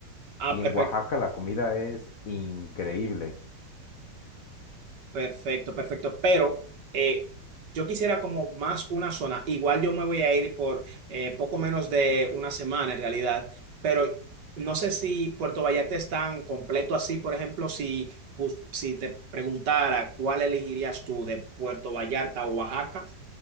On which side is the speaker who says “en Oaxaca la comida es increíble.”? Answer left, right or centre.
Left